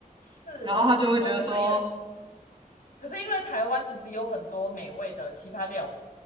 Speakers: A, on the left; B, on the right.
A: 是啦是啦。
B: 然后他就会觉得说，
A: 可是因为可是因为台湾其实有很多美味的其他料理